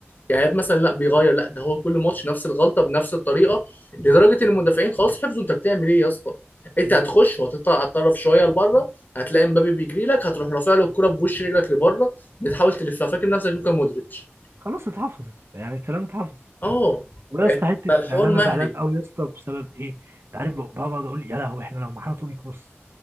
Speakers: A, on the left; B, on the right.
A: يعني مثلا لا بيغير لا ده هو كل ماتش نفس الغلطه بنفس الطريقه لدرجه ان المدافعين خلاص حفظوا انت بتعمل ايه يا اسطى انت
B: مم.
A: هتخش وهتطلع على الطرف شويه لبره هتلاقي مبابي بيجري لك هتروح رافع له الكره بوش رجلك لبره بتحاول تلفها فاكر نفسك لوكا مودريتش
B: خلاص اتحفظت يعني الكلام اتحفظ
A: اه
B: ويا
A: بقت
B: اسطى حته
A: بقى الحوار
B: يعني انا
A: مهري
B: زعلان قوي يا اسطى بسبب ايه انت عارف بقى- بقعد اقول يا لهوي احنا لو معانا توني كروس